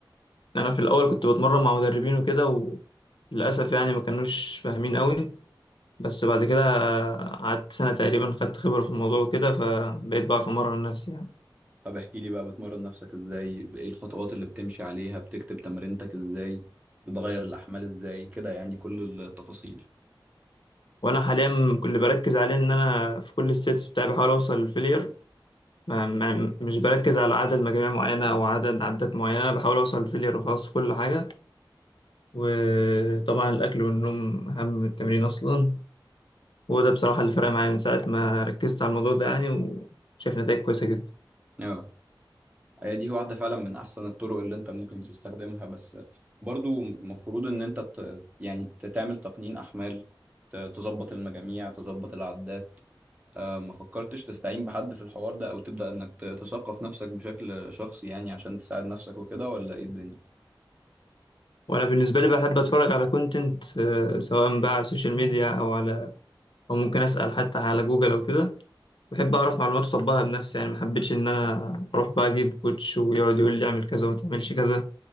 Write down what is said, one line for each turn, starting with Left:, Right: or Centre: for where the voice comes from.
Left: انا في الاول كنت بتمرن مع مدربين وكده وللاسف يعني ما كانوش فاهمين قوي بس بعد كده قعدت سنه تقريبا خدت خبره في الموضوع وكده فبقيت بعرف امرن نفسي يعني
Right: طب احكي لي بقى بتمرن نفسك ازاي ايه الخطوات اللي بتمشي عليها بتكتب تمرينتك ازاي بتغير الاحمال ازاي كده يعني كل التفاصيل
Left: وانا حاليا اللي بركز عليه ان انا في كل السيتس بتاعي بحاول اوصل للفيلير ما ما مش بركز على عدد مجاميع معينه او عدد عدات معينه بحاول اوصل للفيلير وخلاص في كل حاجه وطبعا الاكل والنوم اهم من التمرين اصلا وده بصراحة اللي فرق معايا من ساعة ما ركزت على الموضوع ده يعني وشايف نتائج كويسة جدا
Right: اه هي دي واحدة فعلا من احسن الطرق اللي انت ممكن تستخدمها بس برضو المفروض ان انت ت... يعني ت- تعمل تقنين احمال ت- تظبط المجاميع تظبط العدات آه، ما فكرتش تستعين بحد في الحوار ده او تبدأ انك ت- تثقف نفسك بشكل شخصي يعني عشان تساعد نفسك وكده ولا ايه الدنيا
Left: وأنا بالنسبة لي بحب أتفرج على كونتنت سواء بقى على السوشيال ميديا أو على أو ممكن أسأل حتى على جوجل أو كده بحب أعرف معلومات وأطبقها بنفسي يعني ما حبيتش إن أنا أروح بقى أجيب كوتش ويقعد يقول لي أعمل كذا وما تعملش كذا